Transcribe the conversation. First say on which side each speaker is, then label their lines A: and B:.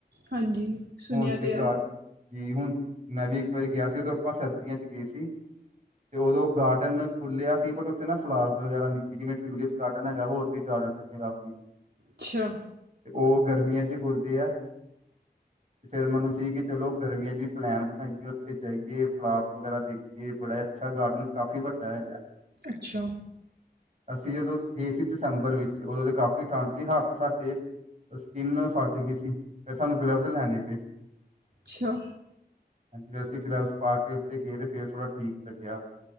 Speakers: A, on the right; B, on the right.
A: ਹਾਂਜੀ ਸੁਣਿਆ
B: ਹਣ ਤੇ
A: ਹੈ
B: ਗਾ ਜੀ ਹੁਣ, ਮੈਂ ਵੀ ਇੱਕ ਵਾਰੀ ਗਿਆ ਸੀ ਉਦੋਂ ਆਪਾਂ ਸਰਦੀਆਂ ਚ ਗੇ ਸੀ। ਤੇ ਉਦੋਂ ਗਾਰਡਨ ਖੁੱਲਿਆ ਸੀ, ਬਟ ਉੱਥੇ ਨਾ ਫਲਾਰਸ ਵਗੈਰਾ ਨੀ ਸੀ ਜਿਵੇਂ ਟੂਲਿਪ ਗਾਰਡਨ ਜਾ ਹੋਰ ਕੋਈ ਗਾਰਡਨਸ ਕਾਫੀ
A: ਛਾ
B: ਉਹ ਗਰਮੀਆਂ ਚ ਖੁੱਲਦੇ ਆ। ਫੇਰ ਮੰਨੂੰ ਸੀ ਕਿ ਚਲੋ ਗਰਮੀਆਂ ਚ ਵੀ ਪਲੈਨ ਬਣਾਈਏ ਉੱਥੇ ਜਾਈਏ ਫਲਾਰਸ ਵਗੈਰਾ ਦੇਖੀਏ ਬੜਾ ਗਾਰਡਨ ਕਾਫ਼ੀ ਵੱਡਾ ਹੈਗਾ।
A: ਅੱਛਾ।
B: ਅਸੀਂ ਜਦੋਂ, ਗੇ ਸੀ ਦਸੰਬਰ ਵਿੱਚ ਉਦੋਂ ਤੇ ਕਾਫ਼ੀ ਠੰਢ ਸੀ ਹੱਥ ਸਾਡੇ ਸਕਿੰਨ ਫੱਟ ਗੀ ਸੀ, ਫਿਰ ਸਾਨੂੰ ਗਲਵਜ਼ ਲੈਣੇ ਪੇ।
A: ਛਾ।
B: ਫਿਰ ਉਥੇ ਗਲਵਸ ਪਾ ਕੇ ਉੱਥੇ ਗੇ ਤੇ ਫੇਰ ਥੋੜ੍ਹਾ ਠੀਕ ਲੱਗਿਆ।